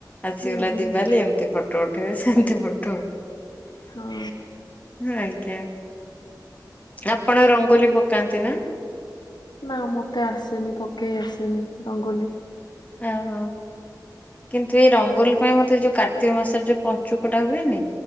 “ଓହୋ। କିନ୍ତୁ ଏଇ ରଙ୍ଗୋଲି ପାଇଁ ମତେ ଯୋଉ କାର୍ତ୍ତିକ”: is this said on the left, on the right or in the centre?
Left